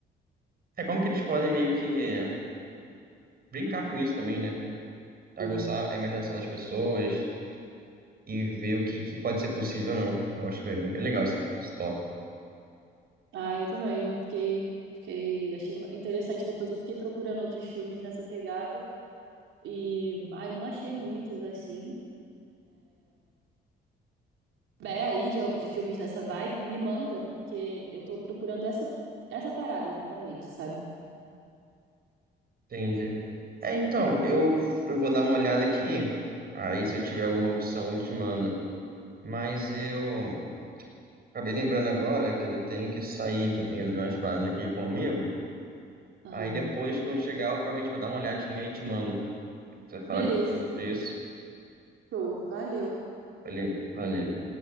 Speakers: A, on the right (about 50°); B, on the right (about 80°).
A: é como que eles podem meio que brincar com isso também, né? Aguçar
B: sim.
A: a imaginação das pessoas e ver o que, que pode ser possível ou não. Eu acho bem, bem legal esse, esse tópico.
B: Ah, eu também, eu fiquei Fiquei, achei interessante. Depois eu fiquei procurando outros filmes nessa pegada e, ai, não achei muitos assim. souber aí de, de filmes nessa vibe, me manda, porque eu tô procurando essa, essa parada exatamente, sabe?
A: Entendi. É, então, eu, eu vou dar uma olhada aqui. Aí, se eu tiver alguma opção, eu te mando. Mas eu acabei lembrando agora que eu tenho que sair, que eu tenho que levar umas paradas aqui com um amigo.
B: Aham.
A: Aí depois que eu chegar, eu provavelmente vou dar uma olhadinha e te mando. Você vai falar
B: Beleza,
A: depois
B: então.
A: sobre isso.
B: Show, valeu.
A: Valeu, valeu.